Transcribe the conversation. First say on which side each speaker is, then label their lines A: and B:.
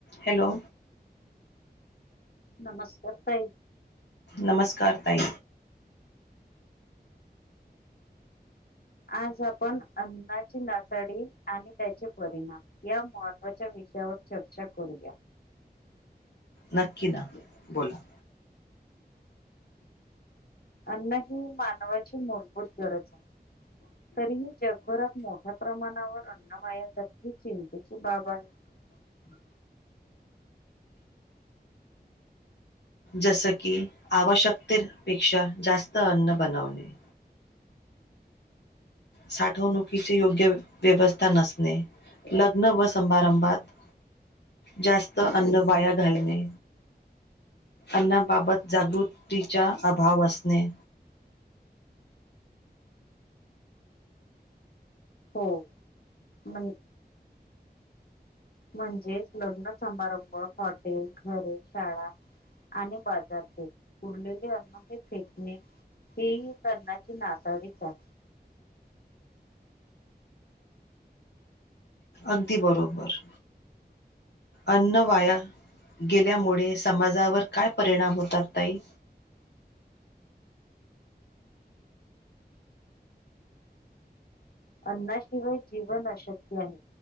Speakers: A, on the left; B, on the left.
A: हॅलो
B: नमस्कार ताई
A: नमस्कार ताई
B: आज आपण अन्नाची नासाडी आणि त्याचे परिणाम या महत्त्वाच्या विषयावर चर्चा करूया
A: नक्की ना बोला
B: अन्न ही मानवाची मूलभूत गरज आहे तरीही जगभरात मोठ्या प्रमाणावर अन्न वायासाठी ह चिंतेची बाब आहे
A: जस की आवश्यकतेपेक्षा जास्त अन्न बनवणे साठवणुकीची योग्य व्यवस्था नसणे लग्न व समारंभात जास्त अन्न वाया घालणे अन्नाबाबत जागृतीचा अभाव असणे
B: हो पण म्हणजेच लग्न समारंभ, हॉटेल, घरे, शाळा आणि बाजारपेठ उरलेले अन्न हे फेकणे हे एक अन्नाची नासाडीच आहे.
A: अगदी बरोबर अन्न वाया गेल्यामुळे समाजावर काय परिणाम होतात ताई
B: अन्नाशिवाय जीवन अशक्य आहे